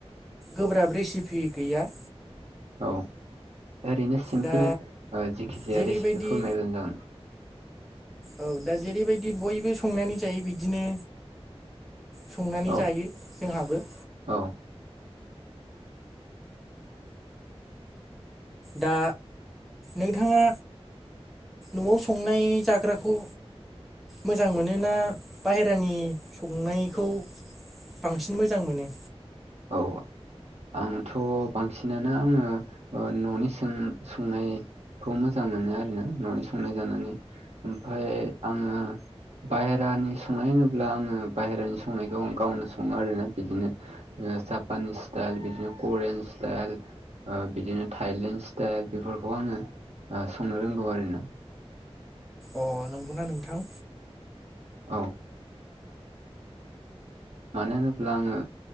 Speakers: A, in the centre; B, on the right.
A: गोब्राब रेसिपि गैया
B: औ ओरैनो सिम्पोल
A: दा
B: जखिजाया
A: जेरैबायदि
B: रेसिपिफोर नायब्लानो जागोन
A: औ दा जेरैबायदि बयबो संनानै जायो बिदिनो संनानै
B: औ
A: जायो जोंहाबो
B: औ।
A: दा नोंथाङा न'आव संनाय जाग्राखौ मोजां मोनोना बाहेरानि संनायखौ बांसिन मोजां मोनो
B: औ। आंथ' बांसिनानो आंङो न'नि सों संनाय खौ मोजां मोनो आरोना न'नि संनाय जानानै ओमफाय आङो बाहहेरानि संनाय होनोब्ला आंङो बाहहेरानि संनायखौ आं गावनो संङो आरोना बिदिनो जापानिस स्टाइल बिदिनो करियान स्टाइल ओ बिदिनो थायलेण्ड स्टाइल बेफोरखौ आङो ओ संनो रोंगौ आरो ना
A: अ नंगौना नोंथां
B: औ मानो होनोब्ला आङो